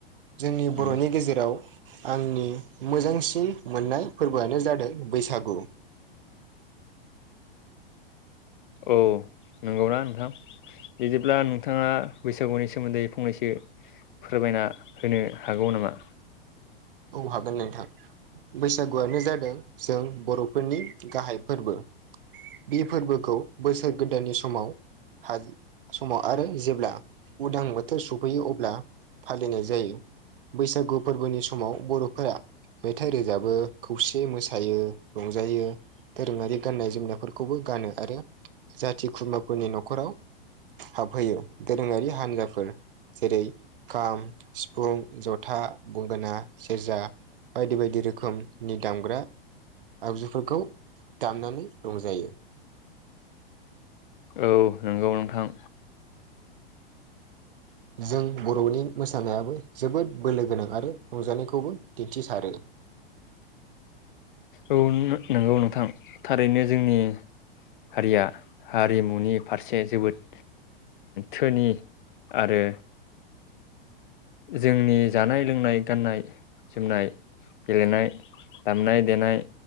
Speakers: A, on the right; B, on the left.
A: जोंनि बर'नि
B: उम
A: गेजेराव आंनि मोजांसिन मोननाय फोरबोआनो जादों बैसागु।
B: औ नंगौना नोंथां? बिदिब्ला नोंथाङा बैसागुनि सोमोन्दै फंनैसो फोरमायना होनो हागौ नामा?
A: औ हागोन नोंथां। बैसागुआनो जादों जों बर'फोरनि गाहाय फोरबो। बे फोरबोखौ बोसोर गोदाननि समाव हा समाव आरो जेब्ला उदां बोथोर सफैयो अब्ला फालिनाय जायो बैसागु फोरबोनि समाव बर'फोरा मेथाइ रोजाबो खौसेयै मोसायो रंजायो। दोरोङारि गाननाय जोमनायफोरखौबो गानो आरो जाथि खुरमाफोरनि न'खराव हाबहैयो दोरोङारि हान्जाफोर जेरै खाम सिफुं जथा गंगोना सेरजा बायदि बायदि रोखोमनि दामग्रा आगजुफोरखौ दामनानै रंजायो।
B: औ नंगौ नोंथां।
A: जों बर'नि मोसानायाबो जोबोद बोलो गोनां आरो रंजानायखौबो दिन्थिसारो।
B: औ नंगौ नोंथां थारैनो जोंनि हारिया हारिमुनि फारसे जोबोद धोनि आरो जोंनि जानाय लोंनाय गाननाय जोमनाय गेलेनाय दामनाय देनाय